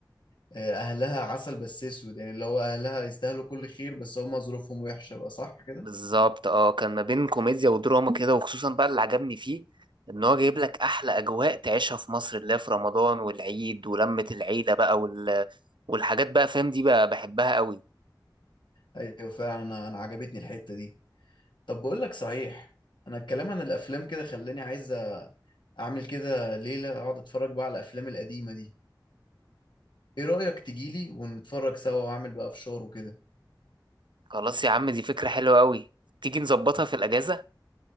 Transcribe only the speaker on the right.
بالظبط اه كان ما بين كوميديا ودراما كده وخصوصا بقى اللي عجبني فيه إن هو جايب لك أحلى أجواء تعيشها في مصر اللي هي في رمضان والعيد ولمة العيلة بقى وال... والحاجات بقى فاهم دي بقى بحبها قوي
خلاص يا عم دي فكرة حلوة قوي تيجي نظبطها في الأجازة